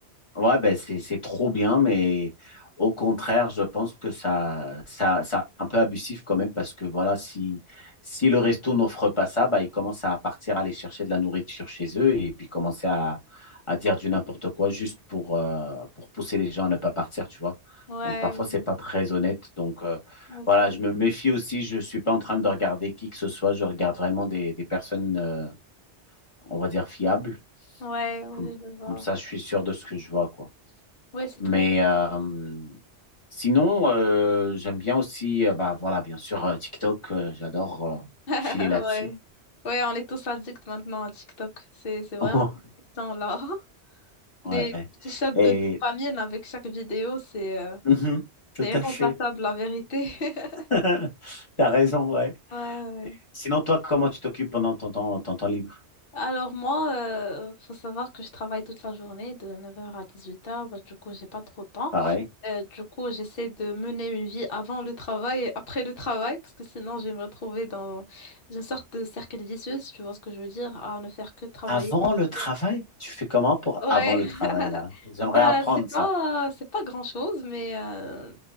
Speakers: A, on the left (about 25°); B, on the left (about 55°).
A: Ouais, ben c'est c'est trop bien, mais au contraire, je pense que ça ça c'est un peu abusif quand même parce que voilà, si si le resto n'offre pas ça, bah ils commencent à partir aller chercher de la nourriture chez eux et puis commencer à à dire du n'importe quoi juste pour euh, pour pousser les gens à ne pas partir, tu vois.
B: Ouais,
A: Donc parfois
B: ouais,
A: c'est pas très honnête. Donc euh,
B: ouais, c'est-
A: voilà, je me méfie aussi. Je suis pas en train de regarder qui que ce soit. Je regarde vraiment des des personnes, euh, on va dire fiables.
B: ouais, ouais,
A: Comme
B: je vois.
A: comme ça, je suis sûr de ce que je vois, quoi.
B: Ouais, c'est
A: Mais
B: trop bien.
A: euh, sinon, euh, j'aime bien aussi, euh, bah voilà, bien sûr, euh, TikTok, euh, j'adore euh,
B: <laughs>
A: filer là-dessus.
B: Ouais. Ouais, on est tous addicts maintenant à TikTok. C'est, c'est vraiment
A: <laughs>
B: addictant là. <laughs> Des
A: Ouais.
B: petits shots de
A: Et
B: dopamine avec chaque vidéo, c'est euh,
A: Mhm, tout
B: c'est irremplaçable,
A: à fait.
B: la vérité. <laughs>
A: <laughs> T'as raison, ouais.
B: Ouais, ouais.
A: Sinon, toi, comment tu t'occupes pendant ton temps, ton temps libre?
B: Alors moi, euh, faut savoir que je travaille toute la journée de neuf heures à 18h, bah, du coup j'ai pas trop de temps.
A: Pareil.
B: Euh, du coup j'essaie de mener une vie avant le travail et après le travail, parce que sinon je vais me retrouver dans une sorte de cercle vicieux, si tu vois ce que je veux dire, à ne faire que travailler.
A: Avant
B: et
A: le travail?
B: dormir.
A: Tu fais comment pour
B: Ouais,
A: avant le
B: <laughs>
A: travail, là? J'aimerais
B: ben
A: apprendre
B: c'est pas
A: ça.
B: c'est pas grand-chose, mais euh,